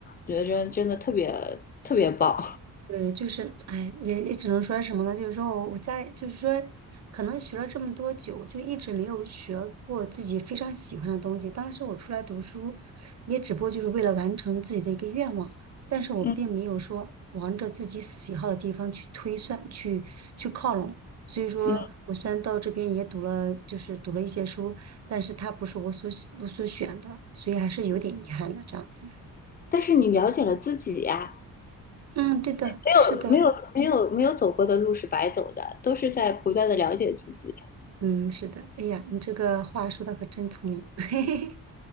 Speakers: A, on the left; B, on the right.
A: 我觉得真真的特别特别棒。
B: 对，就是，哎，也也只能说什么呢？就是说我我家里，就是说，可能学了这么多久，就一直没有学过自己非常喜欢的东西。当时我出来读书，也只不过就是为了完成自己的一个愿望，但是我并没有说往着自己喜好的地方去推算、
A: 嗯
B: 去去靠拢。所以说，
A: 嗯，
B: 我虽然到这边也读了，就是读了一些书，但是它不是我所喜我所选的，所以还是有点遗憾的这样子。
A: 但是你了解了自己呀、
B: 嗯，对的，
A: 没有没有没有没有走过的路是白走的，
B: 是的。
A: 都是在不断的了解自己。
B: 嗯，是的。哎呀，你这个话说的可真聪明，<laughs> 嘿嘿嘿，